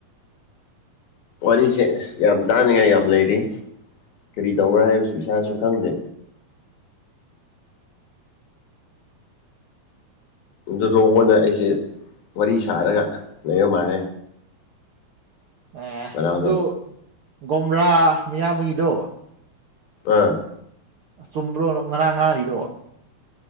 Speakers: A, on the left; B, on the right.
A: ꯋꯥꯔꯤꯁꯦ ꯑꯁ ꯌꯥꯝ ꯇꯥꯅꯤꯡꯉꯥꯏ ꯌꯥꯝ ꯂꯩꯔꯤ ꯀꯔꯤ ꯇꯧꯕ꯭ꯔꯥ ꯍꯥꯏꯕꯁꯨ ꯏꯁꯥꯁꯨ ꯈꯪꯗꯦ <unintelligible> ꯑꯩꯁꯦ ꯋꯥꯔꯤ ꯁꯥꯔꯒ ꯂꯩꯕ ꯃꯥꯥꯟꯂꯦ
B: ꯑꯦ
A: ꯃꯅꯥꯎꯗꯣ
B: ꯑꯗꯨ ꯒꯣꯝꯔꯥ ꯃꯌꯥꯝꯕꯒꯤꯗꯣ
A: ꯄꯥ
B: ꯑ ꯆꯨꯝꯕ꯭ꯔꯣ ꯉꯔꯥꯡ ꯉꯥꯔꯥꯡꯔꯤꯗꯣ